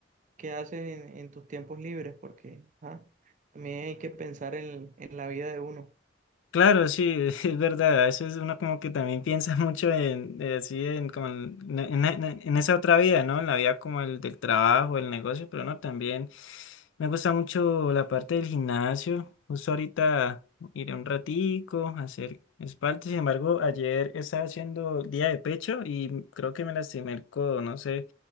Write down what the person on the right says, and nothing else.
¿qué haces en, en tus tiempos libres? Porque ah, también hay que pensar en, en la vida de uno.